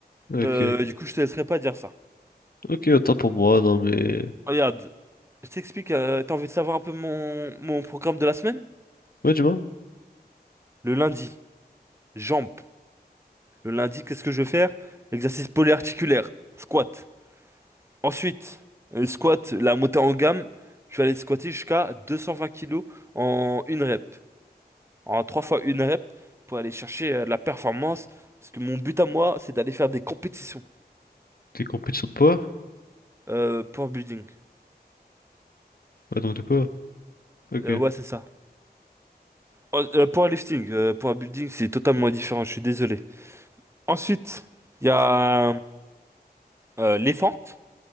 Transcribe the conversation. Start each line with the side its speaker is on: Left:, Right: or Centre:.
Left: Ok,
Right: Euh,
Left: ok,
Right: du coup, je te laisserai pas dire ça.
Left: Ok, autant pour moi, non mais...
Right: Regarde, Je t'explique, euh, t'as envie de savoir un peu mon, mon programme de la semaine?
Left: Ouais, dis-moi,
Right: Le lundi, jambes. Le lundi, qu'est-ce que je vais faire? Exercice polyarticulaire, squat. Ensuite, euh, squat, la montée en gamme. Je vais aller squatter jusqu'à 220 kilos en une rep. En 3 fois une rep pour aller chercher euh, la performance. Parce que mon but à moi, c'est d'aller faire des compétitions.
Left: t'es compétition de poids?
Right: Euh, pour building.
Left: Ouais, donc de poids, ok.
Right: Euh, ouais, c'est ça. Oh, euh, powerlifting. Euh, powerbuilding, c'est totalement différent, je suis désolé. Ensuite, il y a euh, les fentes.